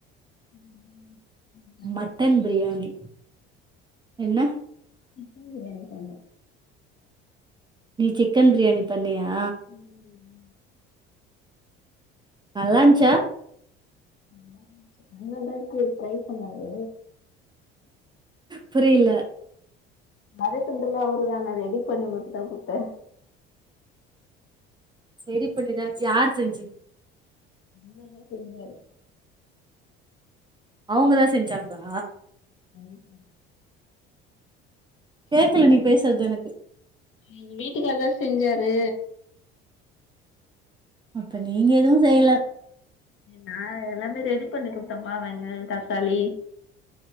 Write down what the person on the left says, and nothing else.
<inaudible>
சிக்கன் பிரியாணி பண்ணே
ம்
நல்லான்ருச்சி மின்னர்ந்த ‌அளவுக்கு ட்ரை பண்ணாரு
வதக்கண்துலா அவுருதாங்க நா ரெடி பண்ணி மட்டுந்தா குட்த்தே
என்னது செஞ்சாரு
<unintelligible>
எங்க வீட்டுக்காருதா செஞ்சாரு
நா எல்லாமே ரெடி பண்ணி குடுத்தம்ப்பா வெங்காயோ தக்காளி